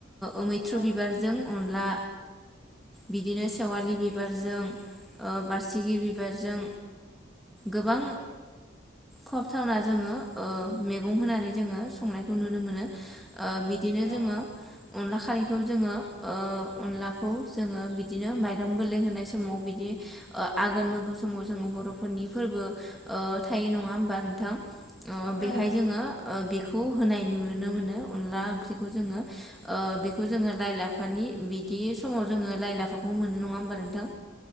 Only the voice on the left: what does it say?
औ
औ
औ नंगौ